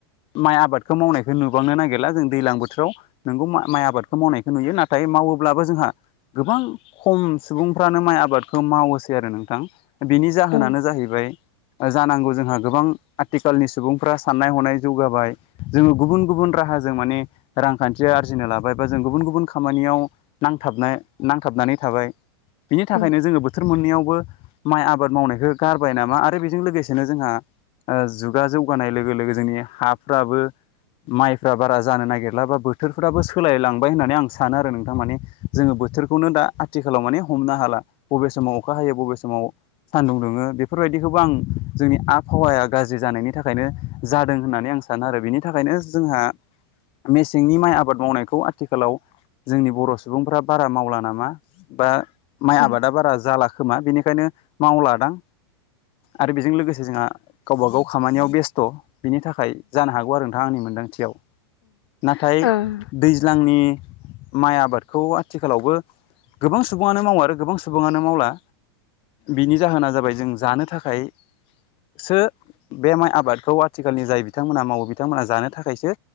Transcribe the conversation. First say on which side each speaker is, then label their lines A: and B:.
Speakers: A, on the left; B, on the left.
A: माइ आबादखौ मावनायखौ नुबांनो नागिरला जों दैज्लां बोथोराव नोंगौ माइ आबादखौ मावनायखौ नुयो नाथाय मावोब्लाबो जोंहा गोबां खम सुबुंफ्रानो माइ आबादखौ मावोसै आरो नोंथां बिनि जाहोनानो
B: औ
A: जाहैबाय जानांगौ जोंहा गोबां आथिखालनि सुबुंफ्रा साननाय हनाय जौगाबाय जोङो गुबुन गुबुन राहा जों माने रांखान्थिया आरजिनो लाबायबा जों गुबुन गुबुन खामानियावां नांथाबनान नांथाबनानै थाबाय बिनि थाखायनो
B: औ
A: जोङो बोथोर मोननैयावबो माइ आबाद मावनायखौ गारबाय नामा आरो बे बे जों लोगोसेनो जोंहा ओ जुगा जौगानाय लोगो लोगो जोंनि हाफ्राबो माइफ्रा बारा जानो नागिरला बा बोथोरफ्राबो सोलायलांबाय होननानै आं सानो आरो नोंथां माने जोङो बोथोरखौनो दा आथिखालाव माने हमनो हाला बबे समाव अखा हायो बबे समाव सान्दुं दुङो बेफोरबायदिखौबो आं जोंनि आबहावाया गाज्रि जानायनि थाखायनो जादों होननानै आं सानो आरो बेनि थाखायनो जोंहा मेसेंनि माइ आबाद मावनायखौ आथिखालाव जोंनि बर' सुबुंफ्रा बारा मावला नामा बा माइ
B: औ
A: आबादा बारा जाला खोमा बेनिखायनो मावलादां आरो बेजों लोगोसे जोंहा गावब गाव खामानियाव बेस्थ' बिनि थाखाय जानो हागौ आरो नोंथां आंनि मोनदांथियाव नाथाय
B: ओं
A: दैज्लांनि माइ आबादखौ आथिखालावबो गोबां सुबुंङानो मावा आरो गोबां सुबुङानो मावला बिनि जाहोना जाबाय जों जानो थाखाय सो बे माइ आबादखौ आथिखालनि जाय बिथांमोना मावो बिथांमोनहा जानो थाखायसो